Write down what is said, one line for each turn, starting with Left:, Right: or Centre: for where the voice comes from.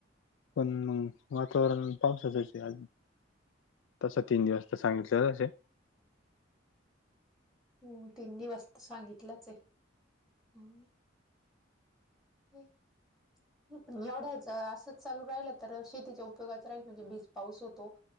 Left: पण मग वातावरण पाऊसाचेच हाय आजुन तस तीन जास्त सांगितले <unintelligible>
Centre: हम्म तीन दिवस त सांगितलंचय हम्म. बरं. पण एवढंचा असंच चालू राहिल तर शेतीच्या उपयोगातच राहील म्हणजे बीज पाऊस होतो.